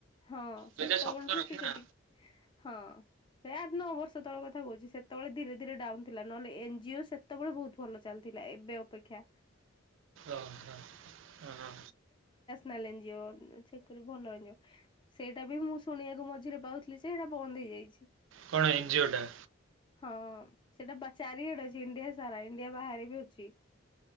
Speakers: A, on the left (about 25°); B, on the right (about 70°).
A: ହଁ
B: ଦୁଇ
A: ସେତେବେଳଠୁ
B: ହଜାର ସତର ନା
A: ଟିକେ ଟିକେ ହଁ ସେ ଆଠ ନଅ ବର୍ଷ ତଳଳେ କଥା କହୁଛି ସେତେବେଳେ ଧୀରେ ଧୀରେ ଡାଉନ ଥିଲା ନହେଲେ ଏନ ଜଜିଓ ସେତେବେଳେ ବହୁତ ଭଲ ଚାଲିଥିଲା ଏବେ ଅପେକ୍ଷା
B: ଓହୋ ହଁ
A: ନେଲେ ଯିଅ ଚେକ୍ କରି ଭଲ ହେଇଯିବ ସେଇଟା ବି ମୁଁ ଶୁଣିବାକୁ ମଝିରେ ପାଉଥିଲି। ଯେ ଏଇଟା ବନ୍ଦ ହେଇଯାଇଛି।
B: କଣ ଏନଜିଓଟା?
A: ହଁ ସେଟା ପଚାରିିଡେ ଅଛି ଇଣ୍ଡିଆ ସାରା ଇଣ୍ଡିଆ ବାହାରେ ବି ଅଛି